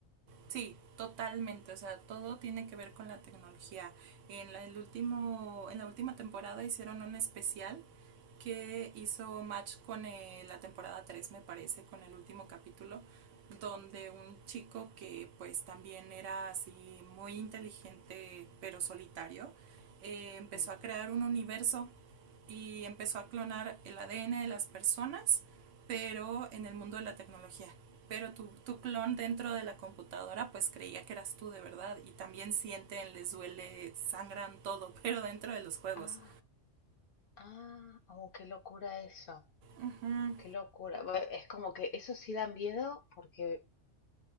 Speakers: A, on the right; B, on the left.
A: sí, totalmente. O sea, todo tiene que ver con la tecnología. En la, el último, en la última temporada hicieron un especial que hizo match con eh, la temporada 3 me parece, con el último capítulo, donde un chico que pues también era así muy inteligente pero solitario, eh, empezó
B: Mm.
A: a crear un universo y empezó a clonar el ADN de las personas, pero en el mundo de la tecnología. Pero tu, tu clon dentro de la computadora pues creía que eras tú de verdad y también sienten, les duele, sangran todo, <laughs> pero dentro de los juegos.
B: Ah, ah, oh, qué locura eso.
A: Ujú,
B: Qué locura. Bue- Es como que eso sí da miedo porque